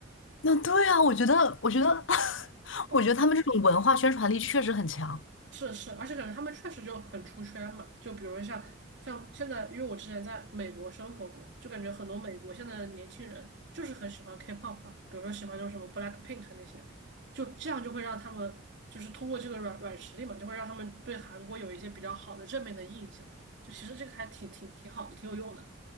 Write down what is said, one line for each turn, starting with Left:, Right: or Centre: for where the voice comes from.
Left: 那对啊，我觉得，我觉得，<laughs>
Right: <laughs>
Left: 我觉得他们这种文化宣传力确实很强。
Right: 是是，而且感觉他们确实就很出圈嘛。就比如像像现在，因为我之前在美国生活过，就感觉很多美国现在的年轻人就是很喜欢 K-pop 啊，比如说喜欢那种什么 BLACKPINK 那些，就这样就会让他们就是通过这个软软实力嘛，就会让他们对韩国有一些比较好的正面的印象。就其实这个还挺挺挺好的，挺有用的。